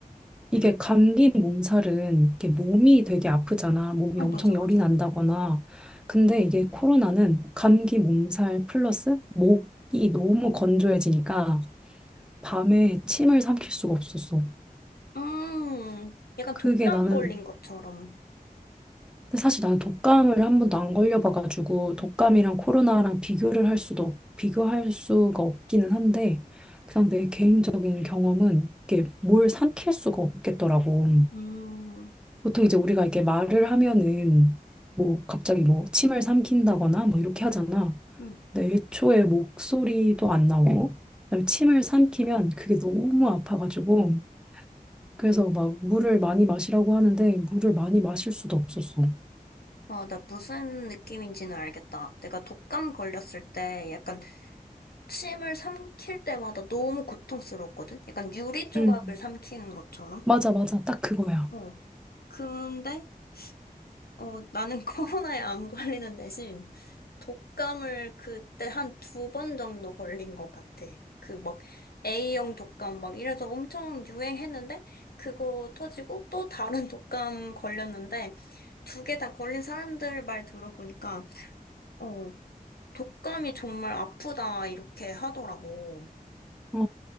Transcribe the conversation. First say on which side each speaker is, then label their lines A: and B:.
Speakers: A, in the centre; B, on the left.
A: 이게 감기 몸살은 이게 몸이 되게 아프잖아. 몸이
B: 어,
A: 엄청
B: 맞아, 맞아.
A: 열이 난다거나. 근데 이게 코로나는 감기 몸살 플러스 목이 너무 건조해지니까 밤에 침을 삼킬 수가 없었어.
B: 음, 약간
A: 그게
B: 독감
A: 나는,
B: 걸린 것처럼.
A: 근데 사실 나는 독감을 한 번도 안 걸려봐가지고 독감이랑
B: 음,
A: 코로나랑 비교를 할 수도, 없- 비교할 수가 없기는 한데 그냥 내 개인적인 경험은 이게 뭘 삼킬 수가 없겠더라고.
B: 음,
A: 보통 이제 우리가 이렇게 말을 하면은 뭐 갑자기 뭐 침을 삼킨다거나 뭐 이렇게 하잖아.
B: 음.
A: 근데 애초에 목소리도 안 나오고 그다음에 침을 삼키면 그게 너무 아파가지고 그래서 막 물을 많이 마시라고 하는데 물을 많이 마실 수도 없었어.
B: 아, 나 무슨 느낌인지는 알겠다. 내가 독감 걸렸을 때 약간 침을 삼킬 때마다 너무 고통스러웠거든? 약간 유리 조각을
A: 음.
B: 삼키는 것처럼?
A: 맞아, 맞아. 딱 그거야.
B: 어. 근데, 어, 나는 <laughs> 코로나에 안 걸리는 대신 독감을 그때 한 두 번 정도 걸린 것 같아. 그 막 A형 독감 막 이래서 엄청 유행했는데, 그거 터지고 또 다른 <laughs> 독감 걸렸는데, 두 개 다 걸린 사람들 말 들어보니까, 어, 독감이 정말 아프다, 이렇게 하더라고.
A: 어,